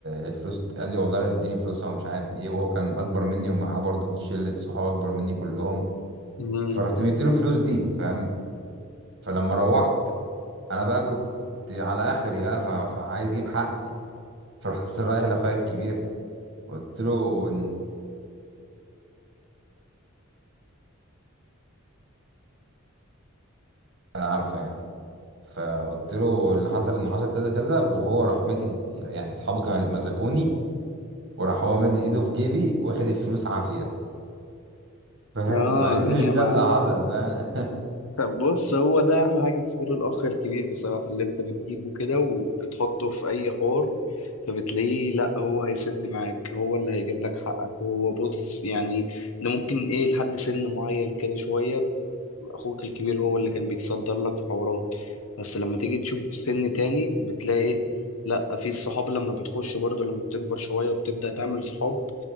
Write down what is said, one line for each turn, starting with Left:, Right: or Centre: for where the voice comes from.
Right: الفلوس قال لي والله لا تديني فلوسها ومش عارف ايه وهو كان اكبر مني ومعاه برضه شله صحاب اكبر مني كلهم
Left: امم
Right: فرحت مديله الفلوس دي فاهم فلما روحت انا بقى كنت على اخري بقى ف- فعايز اجيب حق فرحت <laughs> رايح لاخويا الكبير قلت له إن انا عارفه يعني فقلت له اللي حصل ان حصل كذا كذا وهو راح مادي يعني اصحابه كانوا مزكوني وراح هو مادي ايده في جيبي واخد الفلوس عافيه فاهم
Left: اه
Right: مع ان
Left: يا
Right: مش ده
Left: معلم
Right: اللي حصل فاهم
Left: طب بص هو ده احلى حاجه في دور الاخ الكبير بصراحه اللي انت بتجيبه كده وبتحطه في اي حوار فبتلاقيه لا هو هيسد معاك هو اللي هيجيب لك حقك وهو بص يعني ده ممكن ايه لحد سن معين كده شويه اخوك الكبير هو اللي كان بيتصدر لك في حوارات بس لما تيجي تشوف سن تاني بتلاقي ايه لا في الصحاب لما بتخش برضو لما بتكبر شوية وبتبدأ تعمل صحاب